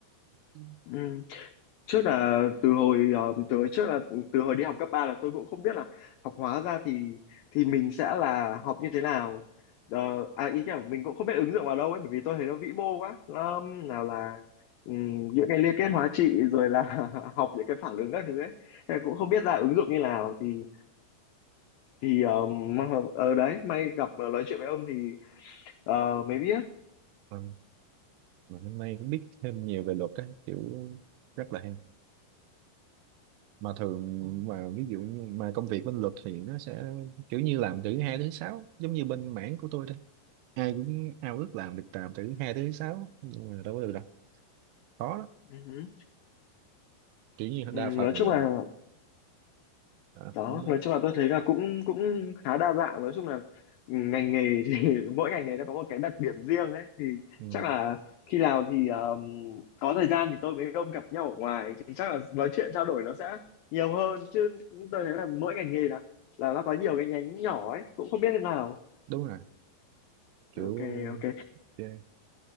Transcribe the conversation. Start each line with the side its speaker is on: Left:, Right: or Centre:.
Right: Ừ.
Left: Ừ. trước là từ hồi ờ, từ hồi trước là từ hồi đi học cấp 3 là tôi cũng không biết là học hóa ra thì thì mình sẽ là học như thế nào Ờ, à ý kiểu mình cũng không biết ứng dụng vào đâu ấy bởi vì tôi thấy nó vĩ mô quá nó nào là ừm, những cái liên kết hóa trị rồi là <laughs> học những cái phản ứng các thứ ấy thế cũng không biết ra ứng dụng như nào thì thì ờm, mà- ở đấy may gặp ờ, nói chuyện với ông thì ờ, mới biết
Right: Ừ. Mà hôm nay cũng biết thêm nhiều về luật á kiểu rất là hay mà thường Ờ. mà ví dụ như mà công việc bên luật thì nó sẽ kiểu như làm từ thứ hai tới thứ sáu giống như bên mảng của tôi đây ai cũng ao ước làm được làm từ thứ hai tới thứ sáu nhưng mà đâu có được đâu khó lắm
Left: Ừ, ừ.
Right: kiểu như
Left: Ừ,
Right: đa
Left: nói
Right: phần
Left: chung
Right: là
Left: là
Right: à,
Left: đó
Right: không,
Left: nói chung là tôi thấy là cũng cũng khá đa dạng nói chung là ngành nghề thì <laughs> mỗi ngành nghề nó có một cái đặc điểm riêng ấy thì
Right: ừ,
Left: chắc là khi nào thì um, có thời gian thì tôi với ông gặp nhau ở ngoài thì chắc là nói chuyện trao đổi nó sẽ nhiều hơn chứ tôi thấy là mỗi ngành nghề là là nó có nhiều cái nhánh nhỏ ấy cũng không biết thế nào
Right: đúng rồi kiểu
Left: ok ok
Right: ok